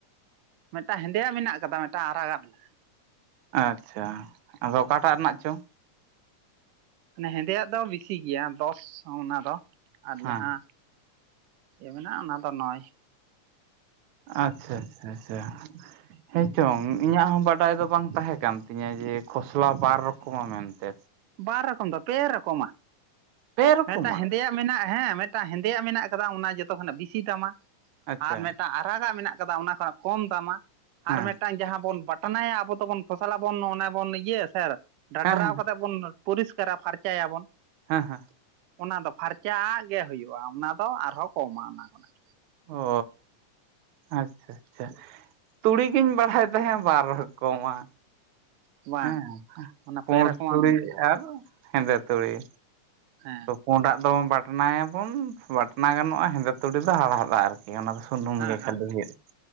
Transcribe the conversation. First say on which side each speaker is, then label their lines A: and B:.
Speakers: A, on the right (about 85°); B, on the right (about 70°).
A: ᱢᱤᱫᱴᱟᱝ ᱦᱮᱸᱫᱮᱭᱟᱜ ᱢᱮᱱᱟᱜ ᱠᱟᱫᱟ ᱢᱤᱫᱴᱟᱝ ᱟᱨᱟᱜᱟᱜ ᱢᱮᱱᱟᱜᱼᱟ᱾
B: ᱟᱪᱪᱷᱟ ᱟᱫᱚ ᱚᱠᱟᱴᱟᱜ ᱨᱮᱱᱟᱜ ᱪᱚ?
A: ᱢᱟᱱᱮ ᱦᱮᱸᱫᱮᱭᱟᱜ ᱫᱚ ᱵᱮᱥᱤ ᱜᱮᱭᱟ ᱫᱚᱥ ᱚᱱᱟ ᱫᱚ ᱟᱨ
B: ᱦᱮᱸ
A: ᱡᱟᱦᱟᱸ ᱪᱮᱜ ᱢᱮᱱᱟᱜᱼᱟ ᱚᱱᱟ ᱫᱚ ᱱᱚᱭ᱾
B: ᱟᱪᱪᱷᱟ ᱟᱪᱪᱷᱟ ᱟᱪᱪᱷᱟ ᱦᱮᱸ ᱪᱚᱝ ᱤᱧᱟᱜ ᱦᱚᱸ ᱵᱟᱰᱟᱭ ᱫᱚ ᱵᱟᱝ ᱛᱟᱦᱮᱸ ᱠᱟᱱ ᱛᱤᱧᱟᱹ ᱡᱮ ᱠᱷᱚᱥᱞᱟ ᱵᱟᱨ ᱨᱚᱠᱚᱢᱟ ᱢᱮᱱᱛᱮ᱾
A: ᱵᱟᱨ ᱨᱚᱠᱚᱢ ᱫᱚ ᱯᱮ ᱨᱚᱠᱚᱢᱟ
B: ᱯᱮ ᱨᱚᱠᱚᱢᱟᱜ
A: ᱢᱤᱫᱴᱟᱝ ᱦᱮᱸᱫᱮᱭᱟᱜ᱾ ᱢᱮᱱᱟᱜᱼᱟ ᱦᱮᱸ ᱢᱤᱫᱴᱟᱝ ᱦᱮᱸᱫᱮᱭᱟᱜ ᱢᱮᱱᱟᱜ ᱠᱟᱫᱟ ᱚᱱᱟ ᱡᱚᱛᱚ ᱠᱷᱚᱱᱟᱜ ᱵᱤᱥᱤ ᱫᱟᱢᱟ᱾
B: ᱟᱪᱪᱷᱟ
A: ᱟᱨ ᱢᱤᱫᱴᱟᱝ ᱟᱨᱟᱜᱟᱜ ᱢᱮᱱᱟᱜ ᱠᱟᱫᱟ ᱚᱱᱟ ᱠᱷᱚᱱᱟᱜ ᱠᱚᱢ ᱫᱟᱢᱟ ᱟᱨ
B: ᱦᱮᱸ
A: ᱢᱤᱫᱴᱟᱝ ᱡᱟᱦᱟᱸ ᱵᱚᱱ ᱵᱟᱴ ᱴᱟᱱᱟᱭᱟ ᱟᱵᱚ ᱫᱚᱵᱚᱱ ᱠᱷᱚᱥᱟᱞᱟ ᱵᱚᱱ ᱚᱱᱮ ᱵᱚᱱ ᱤᱭᱟᱹᱭᱟ ᱥᱮ ᱰᱟᱰᱨᱟᱣ
B: ᱦᱮᱸ ᱦᱮᱸ
A: ᱠᱟᱛ ᱵᱚᱱ ᱯᱚᱨᱤᱥᱠᱟᱨᱟ ᱯᱷᱟᱨᱪᱟᱭᱟᱵᱚᱱ᱾
B: ᱦᱮᱸ ᱦᱮᱸ
A: ᱚᱱᱟ ᱫᱚ ᱯᱷᱟᱨᱪᱟᱜ ᱜᱮ ᱦᱩᱭᱩᱜᱼᱟ ᱚᱱᱟ ᱫᱚ ᱟᱨᱦᱚᱸ ᱠᱚᱢᱟ ᱚᱱᱟ ᱠᱷᱚᱱᱟᱜ᱾
B: ᱚ ᱟᱪᱪᱷᱟ ᱟᱪᱪᱷᱟ ᱛᱩᱲᱤ ᱜᱤᱧ
A: ᱦᱮᱸ
B: ᱵᱟᱲᱟᱭ ᱛᱟᱦᱮᱸᱫ᱾ ᱵᱟᱨ ᱨᱚᱠᱚᱢᱟ᱾
A: ᱵᱟᱝ
B: ᱦᱮᱸ
A: ᱚᱱᱟ
B: ᱯᱩᱸᱰ
A: ᱯᱮ ᱨᱚᱠᱚᱢᱟᱜ
B: ᱛᱩᱲᱤ
A: ᱢᱮᱱᱟᱜ ᱟᱠᱟᱫᱟ
B: ᱟᱨ ᱦᱮᱸᱫᱮ ᱛᱩᱲᱤ᱾
A: ᱦᱮᱸ
B: ᱛᱚ ᱯᱩᱸᱰᱟᱜ ᱫᱚ ᱵᱟᱴᱱᱟᱭᱟᱵᱚᱱ ᱵᱟᱴᱱᱟ ᱜᱟᱱᱚᱜᱼᱟ ᱦᱮᱸᱫᱮ ᱛᱩᱲᱤ ᱫᱚ ᱦᱟᱲᱦᱟᱫᱼᱟ ᱟᱨᱠᱤ ᱚᱱᱟ ᱫᱚ᱾ ᱥᱩᱱᱩᱢ
A: ᱦᱮᱸ
B: ᱜᱮ
A: ᱦᱮᱸ
B: ᱠᱷᱟᱞᱤ ᱦᱩᱭᱩᱜ